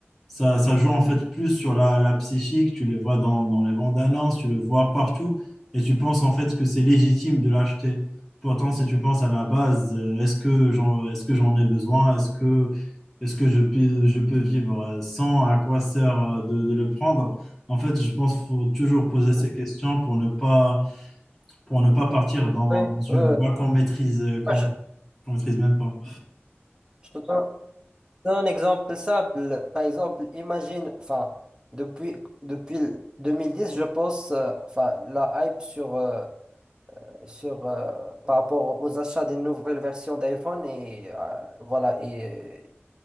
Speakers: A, in the centre; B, on the right.
A: ça, ça joue en fait plus sur la, la psychique. Tu les vois dans, dans les bandes annonces, tu le vois partout. Et tu penses en fait que c'est légitime de l'acheter. Pourtant, si tu penses à la base, euh, est-ce que j'en, est-ce que j'en ai besoin? Est-ce que, est-ce que je peux, je peux vivre euh, sans? À quoi sert euh, de, de le prendre? En fait, je pense qu'il faut toujours poser
B: Oui,
A: ces questions pour ne pas pour ne pas partir dans
B: oui, oui.
A: une voie qu'on maîtrise, euh, qu'on
B: Moi, Je,
A: qu'on maîtrise même pas.
B: je te donne Un exemple simple, par exemple, imagine, enfin, depuis, depuis le 2010, je pense, euh, enfin, la hype sur, euh, sur, euh, par rapport aux achats des nouvelles versions d'iPhone et euh, voilà, et,